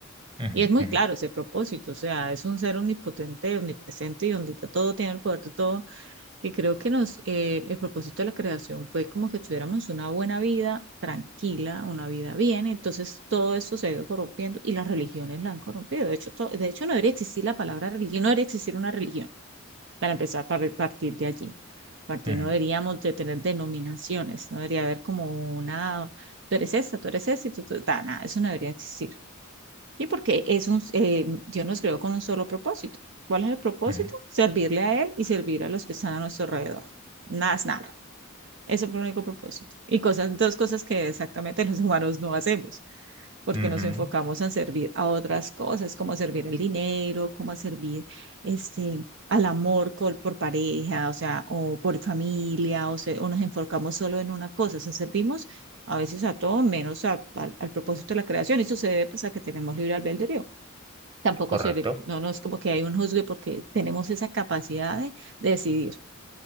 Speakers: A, on the right; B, on the right.
A: Ujú,
B: Y es muy
A: ujú,
B: claro ese propósito, o sea, es un ser omnipotente, omnipresente y donde todo tiene el poder de todo que creo que nos, eh, el propósito de la creación fue como que tuviéramos una buena vida tranquila, una vida bien, entonces todo esto se ha ido corrompiendo y las religiones la han corrompido. De hecho, to- de hecho no debería existir la palabra religión, no debería existir una religión, para empezar, para partir de allí. Partir,
A: ujú,
B: no deberíamos de tener denominaciones, no debería haber como una, tú eres esta, tú eres esta, y tú, tú- ta, nada, eso no debería existir. Sí, porque es un, eh, Dios nos creó con un solo propósito. ¿Cuál es el propósito?
A: ujú,
B: Servirle a Él y servir a los que están a nuestro alrededor. Nada es nada. Ese fue el único propósito. Y cosas, dos cosas que exactamente los humanos no hacemos, porque
A: ujú, ujú,
B: nos enfocamos en servir a otras cosas, como a servir el dinero, como a servir este, al amor col- por pareja, o sea, o por familia, o, se- o nos enfocamos solo en una cosa, o sea, servimos a veces a todo menos a- al al propósito de la creación. Eso se debe pues, a que tenemos libre albedrío. Tampoco
A: correcto.
B: se, le- no, no es como que hay un juzgue porque tenemos esa capacidad de de decidir.